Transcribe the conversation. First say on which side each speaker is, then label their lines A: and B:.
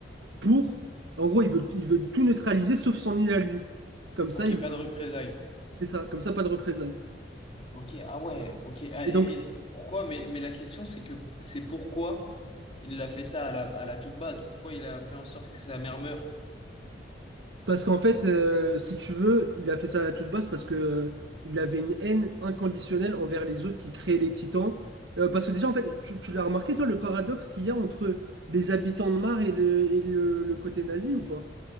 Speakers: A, on the right; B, on the left.
A: pour... En gros, il veut, il veut tout neutraliser sauf son île à lui. Comme ça,
B: Ok,
A: il...
B: pas de représailles.
A: C'est ça, comme ça, pas de représailles.
B: Ok, ah ouais, ok. Ah,
A: Et donc,
B: et,
A: c'est-
B: et pourquoi? Mais, mais la question, c'est que c'est pourquoi il a fait ça à la, à la toute base? Pourquoi il a fait en sorte que sa mère meure?
A: parce qu'en fait, euh, si tu veux, il a fait ça à toute base parce que euh, il avait une haine inconditionnelle envers les autres qui créaient les titans. Euh, parce que déjà, en fait, tu, tu l'as remarqué, toi, le paradoxe qu'il y a entre les habitants de Mars et le, et le, le côté nazi ou pas?